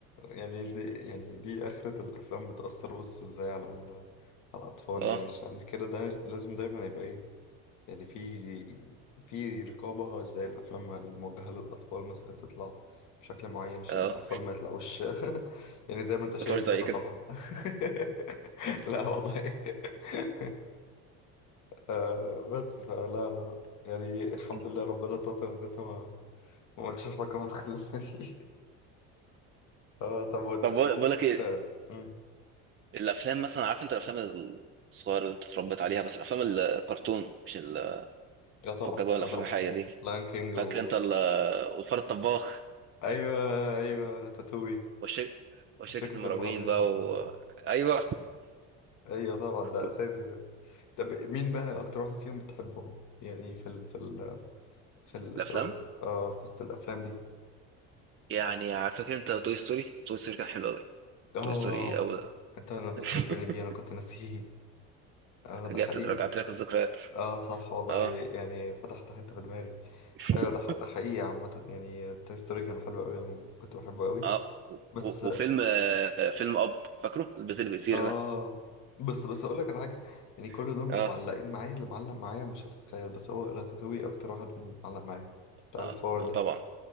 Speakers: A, on the left; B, on the right.
A: يعني دي يعني دي اخرة الافلام بتاثر بص ازاي على ال... على الاطفال
B: اه
A: يعني عشان كده ده لازم دايما يبقى ايه يعني في في رقابة زي الأفلام الموجهة للأطفال مثلا تطلع بشكل معين عشان
B: اه
A: الأطفال ما يطلعوش <laughs> يعني زي ما أنت شايف
B: ما طلعوش زي
A: كده
B: كده
A: طبعا <laughs> لا والله <laughs> آه بس فلا لا لا يعني الحمد
B: مم.
A: لله ربنا ستر إن أنت ما ما قلتش حاجة ما تخلفني <laughs> اه طب وت...
B: طب
A: وبتحب
B: بقول بقول لك ايه
A: مم.
B: الافلام مثلا عارف انت الافلام الصغيره اللي انت اتربيت عليها بس الافلام الكرتون مش ال-
A: اه طبعا
B: فكك بقى من الافلام
A: اه طبعا
B: الحقيقيه دي
A: لاين كينج
B: فاكر
A: و
B: انت ال- والفار الطباخ
A: أيوه أيوه راتاتوي
B: والشر... وشركه
A: شركة
B: المرعبين
A: المرعبين
B: بقى
A: المحدودة
B: و... ايوه
A: أيوه طبعا ده
B: <laughs>
A: أساسي ده طب مين بقى اكتر واحد فيهم بتحبهم يعني في ال في ال في ال
B: الافلام
A: في وسط اه في وسط الافلام دي
B: يعني عارف- فاكر انت توي ستوري توي ستوري كان حلو قوي
A: اه
B: توي ستوري اول
A: انت انا فكرتني
B: <laughs>
A: بيه انا كنت ناسيه اه ده
B: رجعت
A: حقيقي
B: رجعت لك الذكريات
A: اه صح والله
B: اه
A: يعني فتحت حتة في دماغي
B: <laughs>
A: ايوه ده ح- ده حقيقي عامة يعني توي ستوري كان حلو قوي انا كنت بحبه قوي
B: اه و-
A: بس
B: و- وفيلم آه، فيلم اب فاكره البيت اللي بيطير
A: اه
B: ده
A: بس بس اقول لك على حاجة يعني كل
B: <laughs>
A: دول مش
B: اه
A: معلقين معايا اللي معلق معايا مش هتتخيل بس هو راتاتوي اكتر واحد معلق معايا بتاع
B: اه
A: الفار ده
B: طبعا